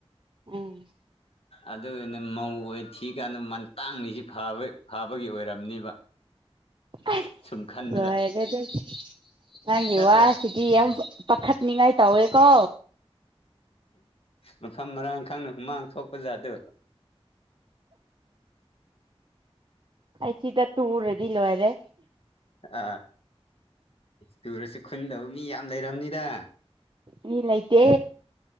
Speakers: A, on the right (about 50°); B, on the left (about 65°).
A: ꯎꯝ
B: ꯑꯗꯨ ꯑꯣꯏꯅ ꯃꯧ ꯑꯣꯏꯅ ꯊꯤꯀꯥꯟꯗ ꯃꯟ ꯇꯥꯡꯉꯤꯁꯤ ꯐꯕ ꯐꯕꯒꯤ ꯑꯣꯏꯔꯝꯅꯤꯕ
A: ꯑꯁ
B: ꯁꯨꯝ ꯈꯟꯕꯗ
A: ꯂꯣꯏꯔꯦꯗ ꯅꯪꯒꯤ
B: ꯅꯠꯇ꯭ꯔꯥ
A: ꯋꯥ ꯁꯤꯇꯤ ꯌꯥꯝꯕ ꯄꯈꯠꯅꯤꯉꯥꯏ ꯇꯧꯋꯦꯀꯣ
B: ꯃꯐꯝ ꯃꯔꯥꯡ ꯈꯪꯅ ꯍꯨꯃꯥꯡ ꯊꯣꯛꯄ ꯖꯥꯠꯗꯣ
A: ꯑꯩ ꯁꯤꯗ ꯇꯨꯔꯗꯤ ꯂꯣꯏꯔꯦ
B: ꯑꯥ ꯇꯨꯔꯁꯨ ꯈꯨꯟꯗꯕ ꯃꯤ ꯌꯥꯝ ꯂꯩꯔꯝꯅꯤꯗ
A: ꯃꯤ ꯂꯩꯇꯦ